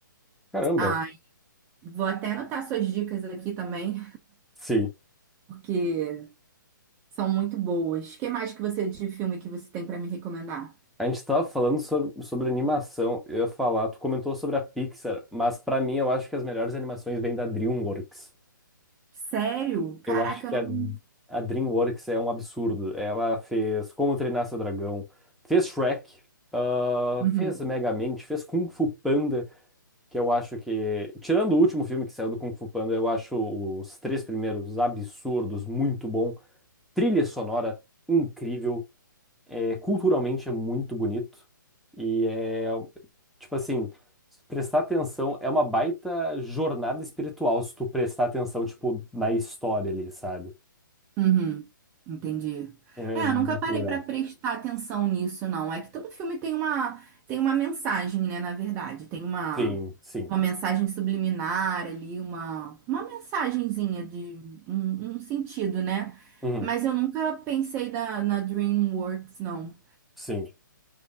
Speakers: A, in the centre; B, on the right.
A: Caramba,
B: A Vou até anotar suas dicas aqui também,
A: sim.
B: porque são muito boas. Que mais que você de filme que você tem pra me recomendar?
A: A gente tava falando sobre, sobre animação. Eu ia falar, tu comentou sobre a Pixar, mas pra mim eu acho que as melhores animações vêm da DreamWorks.
B: Sério? Caraca,
A: Eu acho que
B: eu não.
A: a, a DreamWorks é um absurdo. Ela fez Como Treinar Seu Dragão, fez Shrek, ah,
B: Uhum,
A: fez Megamente, fez Kung Fu Panda, que eu acho que, tirando o último filme que saiu do Kung Fu Panda, eu acho os três primeiros absurdos, muito bom. Trilha sonora incrível. É, culturalmente é muito bonito e é tipo assim, se prestar atenção é uma baita jornada espiritual se tu prestar atenção tipo na história ali, sabe?
B: uhum, entendi.
A: É
B: É,
A: muito
B: eu nunca parei
A: legal.
B: pra prestar atenção nisso, não. É que todo filme tem uma tem uma mensagem, né? Na verdade, tem uma
A: Sim, sim.
B: uma mensagem subliminar ali, uma uma mensagenzinha de um, um sentido, né?
A: Uhum,
B: Mas eu nunca pensei na, na DreamWorks, não.
A: sim.